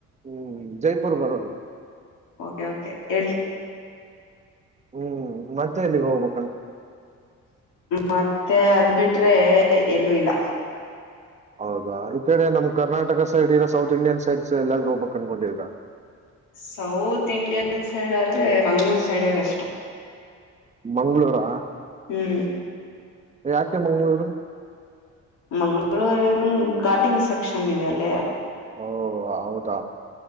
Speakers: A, on the right (about 25°); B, on the left (about 80°).
A: ಹ್ಮ್ ಜೈಪುರ್ ಬರೋದು
B: ಓಕೆ ಓಕೆ ಹೇಳಿ
A: ಹ್ಮ್ ಮತ್ತೆ ಎಲ್ಲಿಗೆ ಹೋಗ್ಬು
B: ಮತ್ತೆ ಅದ್ ಬಿಟ್ರೆ ಎಲ್ಲೂ ಇಲ್ಲ
A: ಹೌದಾ ಈ್ ಕಡೆ ನಮ್ ಕರ್ನಾಟಕ ಸೈಡ್ ಇರ ಸೌತ್ ಇಂಡಿಯನ್ ಸೈಡ್ ಎಲ್ಲಾದೂ ಹೋಗ್ಬೇಕಕ್ ಅನ್ಕೊಂಡಿರಾ
B: ಸೌತ್ ಇಂಡಿಯನ್ ಸೈಡ್ ಆದ್ರೆ ಮಂಗ್ಗಳೂರ್ ಸೈಡ್ ಬೆಸ್ಟ್
A: ಮಂ್ಗಳೂರಾ
B: ಹ್ಮ್
A: ಯಾಕೆ ಮಂಗ್ಗಳೂರು
B: ಮಂ್ಗಳೂರಿ ಘಾಟಿಂಗ್ ಸೆಕ್ಷನ್ ಇದೆ ಅಲ್ಲಿ
A: ಓ ಹೌದಾ